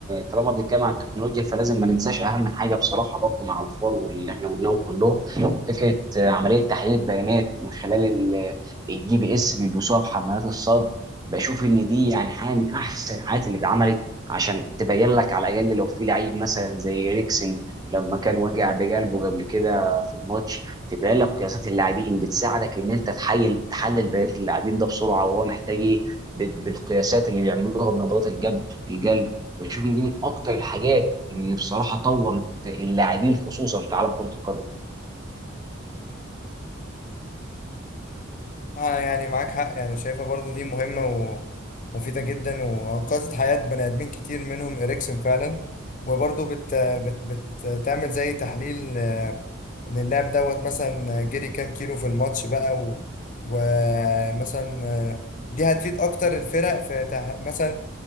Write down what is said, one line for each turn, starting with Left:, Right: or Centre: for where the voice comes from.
Right: طالما بنتكلم عن التكنولوجيا فلازم ما ننساش اهم حاجه بصراحه برضه مع الفار واللي احنا قلناهم كلهم فكره آه، عمليه تحليل البيانات من خلال ال- الجي بي اس اللي بيلبسوها في حمالات الصدر بشوف ان دي يعني حاجه من احسن الحاجات اللي اتعملت عشان تبين لك على الاقل لو في لعيب مثلا زي ريكسن لما كان وجع بقلبه قبل كده في الماتش تبين لك قياسات اللاعبين بتساعدك ان انت تحلل تحلل بيانات اللاعبين ده بسرعه وهو محتاج ايه ب- بالقياسات اللي بيعملوها بنبضات القلب القلب بشوف ان دي من اكتر الحاجات اللي بصراحه طورت اللاعبين خصوصا في عالم كره القدم
Left: اه يعني معاك حق يعني شايفها برضو دي مهمة ومفيدة جدا وأنقذت حياة بني آدمين كتير منهم إريكسون فعلا وبرضو بت... بت... بتعمل زي تحليل آه، إن اللاعب دوت مثلا جري كام كيلو في الماتش بقى و... ومثلا آه، دي هتفيد أكتر الفرق في تح... مثلا